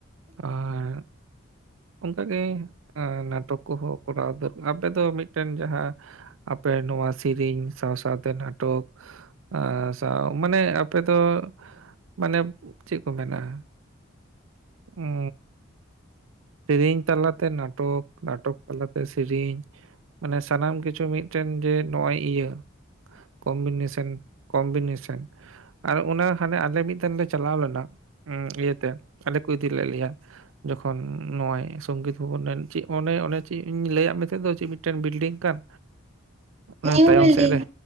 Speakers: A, on the right; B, on the right.
A: ᱟᱨ ᱚᱱᱠᱟᱜᱮ ᱱᱟᱴᱚᱠ ᱠᱚᱦᱚᱸ ᱠᱚᱨᱟᱣ ᱫᱚᱨᱠᱟᱨ ᱟᱯᱮ ᱫᱚ ᱢᱤᱫᱴᱮᱱ ᱡᱟᱦᱟᱸ ᱟᱯᱮ ᱱᱚᱶᱟ ᱥᱮᱨᱮᱧ ᱥᱟᱶ-ᱥᱟᱶ ᱛᱮ ᱱᱟᱴᱚᱠ ᱟ ᱥᱟᱶ ᱢᱟᱱᱮ ᱟᱯᱮ ᱫᱚ ᱢᱟᱱᱮ ᱪᱮᱫ ᱠᱚ ᱢᱮᱱᱟᱜ-ᱟ ᱩᱸ ᱥᱮᱨᱮᱧ ᱛᱟᱞᱟ ᱛᱮ ᱱᱟᱴᱚᱠ, ᱱᱟᱴᱚᱠ ᱛᱟᱞᱟ ᱛᱮ ᱥᱮᱨᱮᱧ ᱢᱟᱱᱮ ᱥᱟᱱᱟᱢ ᱠᱤᱪᱷᱩ ᱢᱤᱫᱴᱮᱱ ᱡᱮ ᱱᱚᱜᱼᱚᱭ ᱤᱭᱟᱹ ᱠᱚᱢᱵᱤᱱᱮᱥᱟᱱ ᱠᱚᱢᱵᱤᱱᱮᱥᱮᱱ ᱟᱨ ᱚᱱᱟ ᱦᱟᱱᱮ ᱟᱞᱮ ᱢᱤᱫᱴᱮᱱ ᱞᱮ ᱪᱟᱞᱟᱣ ᱞᱮᱱᱟ ᱢᱢ ᱤᱭᱟᱹᱛᱮ ᱟᱞᱮ ᱠᱚ ᱤᱫᱤ ᱞᱮᱫ ᱞᱮᱭᱟ ᱡᱚᱠᱷᱚᱱ ᱱᱚᱜᱭ ᱥᱚᱝᱜᱤᱛ ᱵᱷᱚᱵᱚᱱ ᱨᱮᱱ ᱪᱮᱫ ᱚᱱᱮ ᱚᱱᱮ ᱪᱮᱫ ᱤᱧ ᱞᱟᱹᱭᱟᱫ ᱢᱮ ᱛᱟᱦᱮᱸᱫ ᱫᱚ ᱪᱮᱫ ᱢᱤᱫᱴᱮᱱ ᱵᱤᱞᱰᱤᱝ ᱠᱟᱱ
B: <inaudible>
A: ᱚᱱᱮ
B: ᱱᱤᱭᱩ
A: ᱛᱟᱭᱚᱢ
B: ᱵᱤᱞᱰᱤᱝ
A: ᱥᱮᱫ ᱨᱮ,